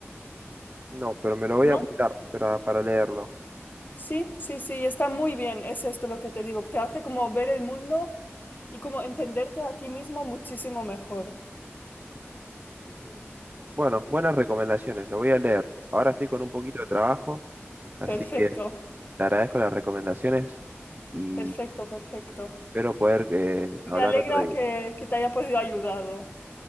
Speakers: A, on the right (about 35°); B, on the left (about 40°).
A: no, pero me lo voy
B: ¿no?
A: a apuntar para, para leerlo.
B: Sí, sí, sí, está muy bien, es esto lo que te digo, te hace como ver el mundo y como entenderte a ti mismo muchísimo mejor.
A: Ujú. Bueno, buenas recomendaciones, lo voy a leer. Ahora estoy con un poquito de trabajo, así
B: Perfecto,
A: que te agradezco las recomendaciones y
B: perfecto, perfecto.
A: espero poder eh, hablar
B: Me alegra
A: otro día.
B: que, que te haya podido ayudado.